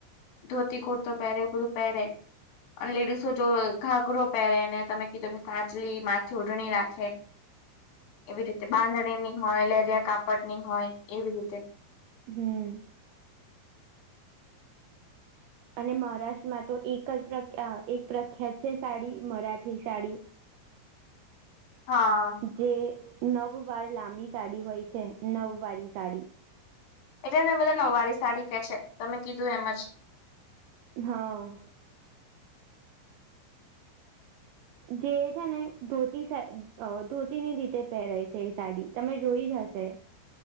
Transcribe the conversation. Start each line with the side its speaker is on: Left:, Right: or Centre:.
Left: ધોતી કુર્તો પહેરે, એવુ બધું પહેરે, અને લેડીસ જો ઘાઘરો પહેરે ને તમે કીધું એમ, કાચલી માથે ઓઢણી રાખે, એવી રીતે, બાંધણીની હોય, લેરિયા કાપડની હોય એવી રીતે.
Right: હમ અને મહારાષ્ટ્રમાં તો એક જ પ્રખ્ય, અ, એક પ્રખ્યાત છે સાડી, મરાઠી સાડી
Left: હા
Right: જે નવ વાર લાંબી સાડી હોય છે, નવવારી સાડી.
Left: એટલે એને બધા નવવારી સાડી કે છે, તમે કીધું એમજ.
Right: હા જે છે ને ધોતી સાઈ, ધોતીની રીતે પહેરાય છે એ સાડી. તમે જોઈ જ હશે.